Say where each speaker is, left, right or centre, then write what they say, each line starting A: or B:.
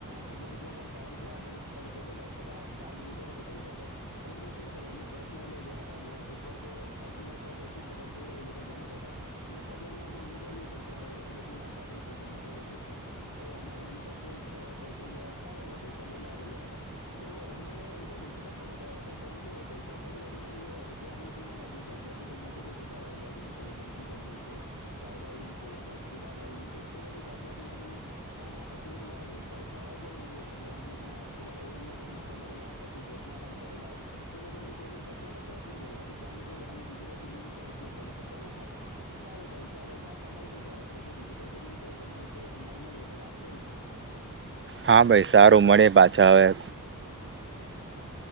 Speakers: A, on the left; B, on the right.
A: હજાર રૂપિયા પર સો રૂપિયા તરીકે એટલે દસ ટકા ચાર્જ લીધો હતો પૈસા પર પરંતુ શું કરે અમે કેશ નહી લઈ ગયા હતા અને ઉપર તો હજુ નેટવર્ક ઓછું જ પકડશે એવું એ લોકો જણાવતા હતા. અને ઉપર જાઈને અમે અનુભવયુ પણ કે એ લોકોની વાત સાચી છે કે નેટવર્ક ઓશું જ છે. તો અમારે એની પાસથી પરથી જ સારા એવા પૈસા લઈ લેવા પડ્યા હતા. તો અમે એમ તો મુસીબતમાં મુકાયા હતા પરંતુ પૈસા સરળતાથી મળી ગયા એટલે અમે ત્યાં જે જાત જાતની તમને કીધું કે પેરાગ્લાઇડિંગ છે બંજી જમ્પિંગ છે. સ્કાય ડાઈવિંગ છે પછી સ્કૂબા ડાઈવિંગ છે એ બધી જાત જાતની અમે ત્યાં એક્ટિવિટી કરેલી ઉપર તળાવ પણ હોતું એટલે અમને ત્યાં સ્કુબા ડ્રાવિંગનો પણ મોકો મળેલો. પછી બોટમાં પણ ફરેલા હતા. તે બધુંની પેમેન્ટ પછી અમે કેશમાં કરી હતી કારણ કે અમે ડિજિટલ પેમેન્ટનો ત્યાં ઉપયોગ કરી શકતા ન હતા. સારું ભાઈ ચાલો પાછા મળશું ત્યારે આપણે જે ડિજિટલ પેમેન્ટ છે તેના વિશે ઊડાણમાં જઈને વાત કરીશું.
B: હા ભાઈ સારું મળીએ પાછા અવે.
A: <inaudible>